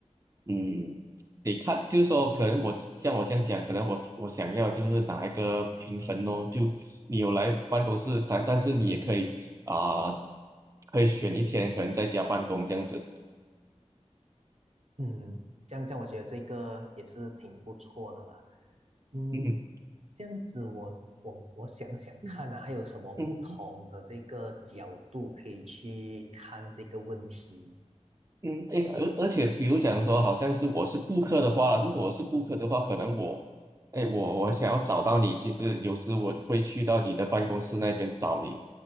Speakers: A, on the right; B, on the right.
A: 嗯，得看，就是说，可能我像我这样讲，可能我我想要就是拿一个平衡哦，就你有来办公室，但但是你也可以啊、可以选一天，可能在家办公这样子。
B: 嗯，这样这样，我觉得这个也是挺不错的啦。嗯，
A: <laughs> 嗯
B: 这样子我我我想想看啊，
A: 哼
B: 还有什么不同的这个角度可以去看这个问题？
A: 嗯嗯，诶，而而且比如讲说，好像是我是顾客的话，如果我是顾客的话，可能我，哎，我我想要找到你，其实有时我就会去到你的办公室那边找你，